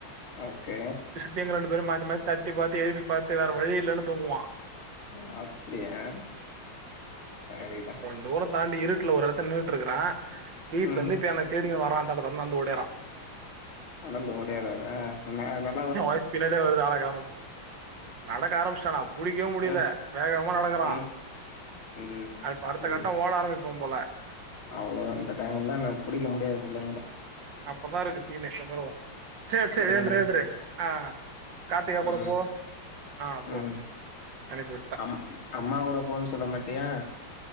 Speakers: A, on the left; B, on the right.
A: ஓகே
B: தேங்க ரெண்டு பேரு மாத்திமா தட்டி பாத்து எழுப்பி பாத்து வேற வழி இல்லன்னு தூங்குவா
A: அ அப்பிடியா சரிதா
B: தோருன் தாண்டி இருட்ல ஒரு எடத்துல் நின்னுட்ருக்றா வீட்ல
A: ம்
B: இந்தேப்பே என்ன தேடிங்க வரா அந் தகுதன் நந்து ஓடேறா
A: நடந்து ஓடியாரரா நன்னேஹா நன்
B: எ வாய்ஸ் பின்னடே வருது ஆள கானோன்ட்டு நடக்க ஆரம்பிச்சானா புடிக்கவே முடில
A: ம்
B: வேகமா நடக்கறா
A: ம் ம்
B: அப் அடுத்த
A: ம்
B: கட்டோ ஓட ஆரம்பிப்பா போல
A: அவ்ளோதா இந்த டைம் எல்லா நங் புடிக்க முடியாது பிள்ளைங்கல
B: அப்போதா இருக்கு சீனு வெவ்வரவோ ச்சேர் ச்சேர்
A: ம்
B: ஏந்துறு ஏந்துறு ஆ கார்த்திகா கூட
A: ம்
B: போ ஆ போ
A: ம்
B: அனுப்பி விட்டே
A: அம் அம்மா கூட போன் சொல்ல மாட்டியா